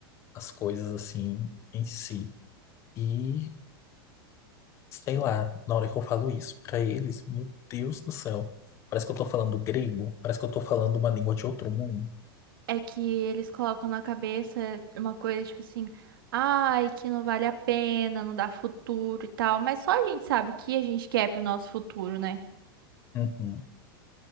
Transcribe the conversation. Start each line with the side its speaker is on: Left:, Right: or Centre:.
Left: as coisas assim em si. e sei lá, na hora que eu falo isso pra eles, meu Deus do céu. Parece que eu tô falando grego, parece que eu tô falando uma língua de outro mundo.
Right: É que eles colocam na cabeça uma coisa tipo assim, ai, que não vale a pena, não dá futuro e tal. Mas só a gente sabe o que a gente quer pro nosso futuro, né?
Left: Uhum.